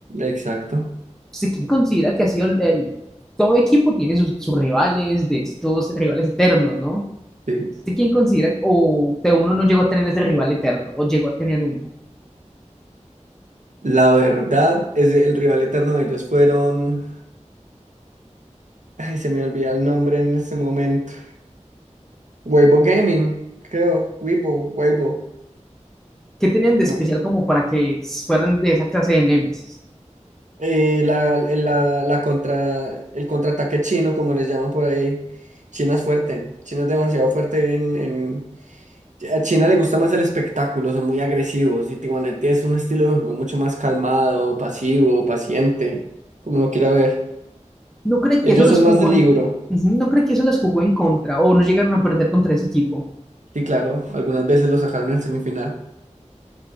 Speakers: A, on the right; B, in the centre.
A: Exacto,
B: ¿Usted quién considera que ha sido el, el- todo equipo tiene sus, sus rivales, de estos rivales eternos, ¿no?
A: sí.
B: ¿Usted quién considera o que uno no llegó a tener ese rival eterno o llegó a tener uno?
A: La verdad es el rival eterno de ellos fueron... Ay, se me olvida el nombre en este momento. Weibo Gaming, creo. Weibo, Weibo.
B: ¿Qué tenían de
A: No.
B: especial como para que fueran de esa clase de némesis?
A: Eh, la, la, la contra, el contraataque chino, como les llaman por ahí. China es fuerte. China es demasiado fuerte en, en, A China le gusta más el espectáculo, son muy agresivos y Tijuana es un estilo de juego mucho más calmado, pasivo, paciente, como lo quiera ver.
B: ¿No cree que
A: Ellos
B: eso los
A: son
B: jugó
A: más de libro
B: en, Ujú, no cree que eso les jugó en contra o no llegaron a perder contra ese equipo?
A: y claro, algunas veces lo sacaron en semifinal.